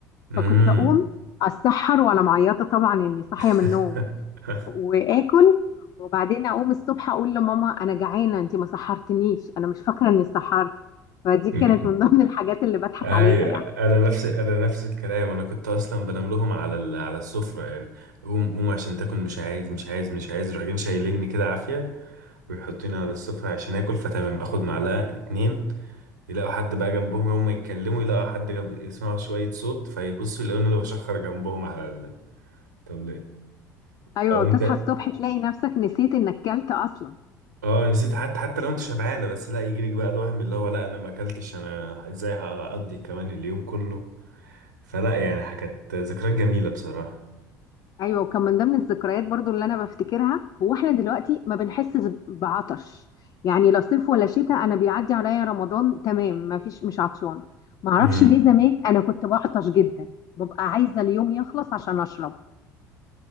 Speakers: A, on the left; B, on the right.
A: فكنت
B: امم
A: اقوم اتسحر وانا معيطه طبعا اني صاحيه
B: <laughs>
A: من النوم واكل وبعدين اقوم الصبح اقول لماما انا جعانه انت ما سحرتنيش انا مش فاكره اني سحرت فدي
B: مم.
A: كانت من ضمن الحاجات اللي بضحك
B: ايوه
A: عليها يعني
B: انا نفس انا نفس الكلام انا كنت اصلا بنام لهم على ال... على السفره يعني قوم قوم عشان تاكل مش عايز مش عايز مش عايز يروحوا جايين شايليني كده عافيه ويحطوني على السفره عشان اكل فتمام اخد معلقه اتنين يلاقوا حد بقى جنبهم يوم ما يتكلموا يلاقوا حد جنب يسمعوا شويه صوت فيبصوا يلاقوني اللي بشخر جنبهم على ال... طب ليه
A: ايوه
B: اقوم
A: وتصحى
B: تا...
A: الصبح تلاقي نفسك نسيت انك كلت اصلا
B: اه نسيت حتى حتى لو انت شبعانه بس لا يجيلك بقى الوهم اللي هو لا انا ما اكلتش انا ازاي هقضي كمان اليوم كله فلا يعني كانت ذكريات جميلة بصراحة
A: ايوه وكان من ضمن الذكريات برضو اللي انا بفتكرها هو احنا دلوقتي ما بنحسش بعطش يعني لا صيف ولا شتاء انا بيعدي عليا رمضان تمام ما فيش مش عطشانه ما اعرفش
B: امم
A: ليه زمان انا كنت بعطش جدا ببقى عايزه اليوم يخلص عشان اشرب